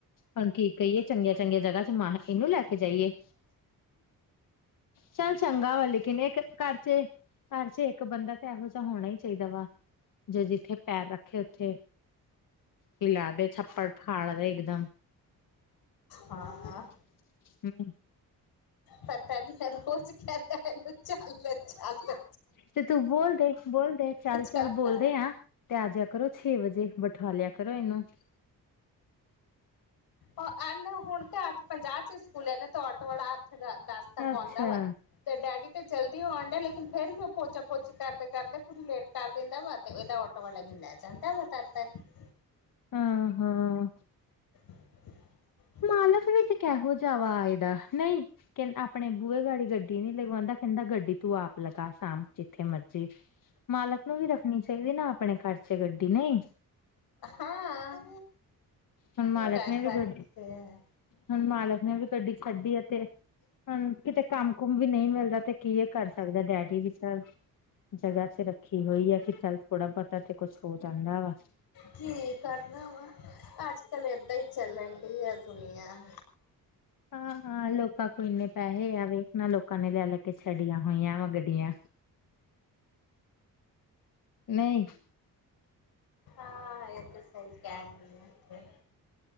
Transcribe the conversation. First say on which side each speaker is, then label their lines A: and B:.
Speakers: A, on the left; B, on the left.
A: ਹੁਣ ਕੀ ਕਹੀਏ ਚੰਗੀਆਂ ਚੰਗੀਆਂ ਜਗ੍ਹਾ ਚ ਮ ਇਹਨੂੰ ਲੈ ਕੇ ਜਾਈਏ। ਚੱਲ ਚੰਗਾ ਵਾ ਲੇਕਿਨ ਇਕ ਘਰ ਚ ਘਰ ਚ ਇੱਕ ਬੰਦਾ ਤਾਂ ਇਹੋ ਜਿਹਾ ਹੋਣਾ ਹੀ ਚਾਹੀਦਾ ਵਾ ਜੇ ਜਿੱਥੇ ਪੈਰ ਰੱਖੇ ਉੱਥੇ ਹਿਲਾ ਦੇ ਛੱਪੜ ਫਾੜ ਦੇ ਇਕਦਮ
B: ਹਾਂ
A: <unintelligible>
B: ਪਤਾ ਨੀ ਹਰ ਰੋਜ਼ ਕਹਦਾ ਇੰਨੂੰ ਚੱਲ-ਚੱਲ।
A: ਤੇ ਤੂੰ ਬੋਲਦੇ-ਬੋਲਦੇ ਚੱਲ-ਚੱਲ
B: ਜਾਂਦਾ
A: ਬੋਲਦੇ ਆ। ਤੇ ਆਜਿਆ ਕਰੋ ਛੇ ਵਜੇ ਬਠਾ ਲਿਆ ਕਰੋ ਇਹਨੂੰ।
B: ਇਹਨ ਹੁਣ ਤੇ ਅੱਠ ਪੰਜਾਹ ਚ ਸਕੂਲ ਏ ਨੀ ਤੇ ਆਟੋ ਵਾਲਾ ਦਾ ਦੱਸ ਤੱਕ
A: ਅੱਛਾ
B: ਆਉਂਦਾ ਵਾ। ਤੇ ਡੈਡੀ ਤੇ ਜਲਦੀ ਆਉਣ ਡਿਆ ਲੇਕਿਨ ਫਿਰ ਉਹ ਪੋਚਾ ਪੋਚੀ ਕਰਦੇ ਕਰਦੇ ਪੂਰੀ ਲੇਟ ਕਰ ਦਿੰਦਾ ਵਾ ਤੇ ਇਹਦਾ ਡ ਆਟੋ ਵਾਲਾ ਲੈ ਜਾਂਦਾ ਵਾ ਤਦ ਤੱਕ।
A: ਹਾਂ-ਹਾਂ
B: <inaudible>
A: ਮਾਲਕ ਵਿੱਚ ਕਿਹੋ ਜ ਵ ਆਏ ਦਾ ਨਈ ਕਹ ਆਪਣੇ ਬੂਹੇ ਗੀ ਗੱਡੀ ਨਈ ਲਗਵਾਂਦਾ ਕੈਂਦਾ ਗੱਡੀ ਤੂੰ ਆਪ ਲਗਾ ਸ਼ਾਮ ਜਿੱਥੇ ਮਰਜ਼ੀ ਮਾਲਕ ਨੂੰ ਵੀ ਰੱਖਣੀ ਚਾਹੀਦੀ ਨਾ ਆਪਣੇ ਘਰ 'ਚ ਗੱਡੀ ਨਈ
B: ਹਾਂ
A: ਹੁਣ ਮਾਲਕ
B: ਕਰ
A: ਨੇ
B: ਸਕਦੇ
A: ਵੀ ਗ
B: ਹੈ।
A: ਹੁਣ ਮਾਲਕ ਨੇ ਵੀ ਗੱਡੀ ਛੱਡੀ ਤੇ ਹੁਣ ਕਿਤੇ ਕੰਮ ਕੁਮ ਵੀ ਨਈ ਮਿਲਦਾ ਤੇ ਕੀ ਇਹ ਕਰ ਸਕਦਾ ਡੈਡੀ ਵਿਚਾਰ ਜਗ੍ਹਾ 'ਚ ਰੱਖੀ। ਕੀ ਹੋਈ ਆ ਕਿ ਚੱਲ ਥੋੜਾ ਬੋਤਾ ਤੇ ਕੁਛ ਹੋ ਜਾਂਦਾ ਵਾ
B: ਕੀ ਕਰਨਾ ਵਾ ਅੱਜ ਕੱਲ ਏਦਾਂ ਈ ਚੱਲਣ ਡੀ ਆ ਦੁਨੀਆਂ
A: ਹਾਂ-ਹਾਂ ਲੋਕਾਂ ਕੋਲ ਇੰਨੇ ਪੈਹੇ ਆ ਵੇਖ ਨਾ ਲੋਕਾਂ ਨੇ ਲੈ-ਲੈ ਕੇ ਛੱਡੀਆਂ ਹੋਈਆਂ ਵਾ ਗੱਡੀਆਂ ਨਈ
B: ਹਾਂ ਇਹ ਤਾਂ ਸਈ ਕੈਂਣ ਡੀ ਇਥੇ